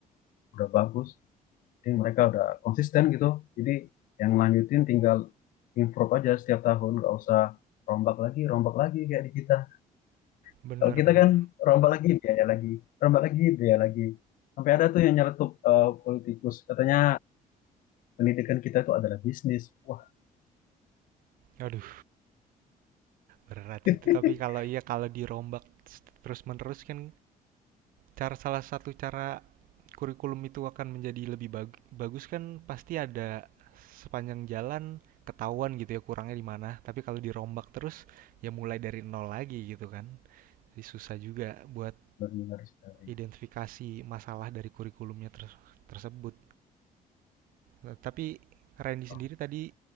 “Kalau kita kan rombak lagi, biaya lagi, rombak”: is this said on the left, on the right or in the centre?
Left